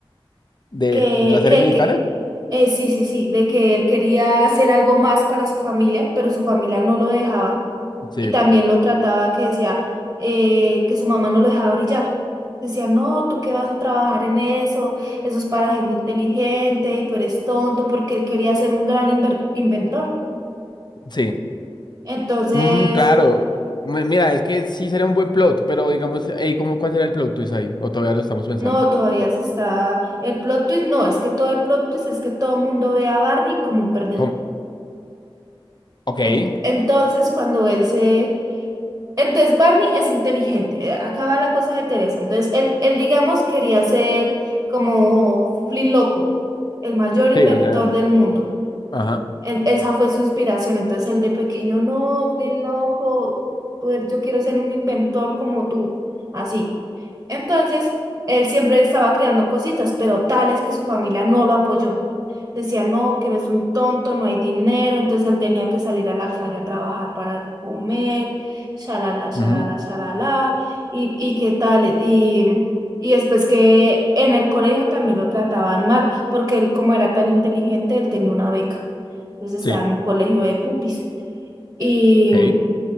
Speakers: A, on the left; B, on the right.
A: De,
B: que,
A: de la serie
B: que él
A: mexicana.
B: que, eh, sí, sí, sí, de que él quería hacer algo más para su familia, pero su familia no lo dejaba
A: Sí,
B: y también lo trataba que decía eh, que su mamá no lo dejaba brillar. Decía, no, tú qué vas a trabajar en eso, eso es para gente inteligente y tú eres tonto, porque él quería ser un gran inver- inventor.
A: sí.
B: Entonces...
A: Mm, claro. Mi- Mira, es que sí sería un buen plot, pero digamos, ey, ¿cómo, cuál será el plot twist ahí? O todavía lo estamos pensando.
B: No, todavía se está. El plot twist no, es que todo el plot twist es que todo el mundo ve a Barney como un perdedor.
A: ¿Cómo? Ok.
B: Ent- entonces, cuando él se. Entonces, Barney es inteligente. eh, Acá va la cosa de Teresa. Entonces, él, él digamos, quería ser como Flynn Loco, el mayor inventor
A: Sí, o sea,
B: del mundo.
A: ajá.
B: En- esa fue su inspiración. Entonces él de pequeño, no, Flynn, loco, tú eres- yo quiero ser un inventor como tú. Así. Entonces, él siempre estaba creando cositas, pero tales que su familia no lo apoyó. Decía, no, que eres un tonto, no hay dinero. Entonces él tenía que salir a la calle a trabajar para comer, shalala, shalala,
A: ujú,
B: shalala, y, y qué tal. Y, y después que en el colegio también lo trataban mal, porque él, como era tan inteligente, él tenía una beca. Entonces estaba
A: Sí,
B: en un colegio de pupis. Y
A: ok.